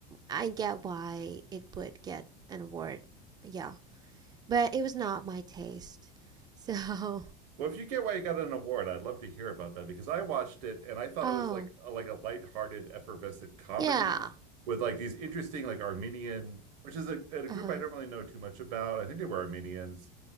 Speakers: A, on the right (about 20°); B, on the right (about 70°).
A: I get why it would get an award. Yeah, but it was not my taste. So,
B: Well, if you get why you got an award, I'd love to hear about that because I watched it and I
A: <laughs>
B: thought
A: oh
B: it was like a, like a lighthearted, effervescent comedy
A: yeah,
B: with like these interesting like Armenian, which is a, a
A: uh
B: group
A: huh,
B: I don't really know too much about. I think they were Armenians.